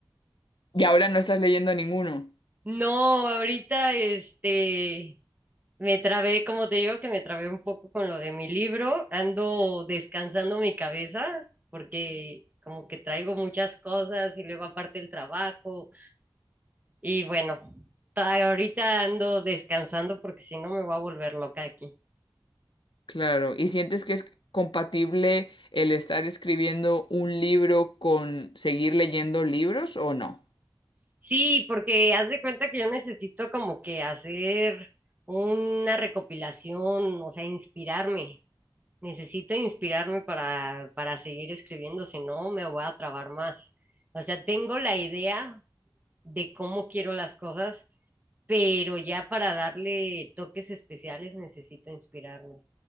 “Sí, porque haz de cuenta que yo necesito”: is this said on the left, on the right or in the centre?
Right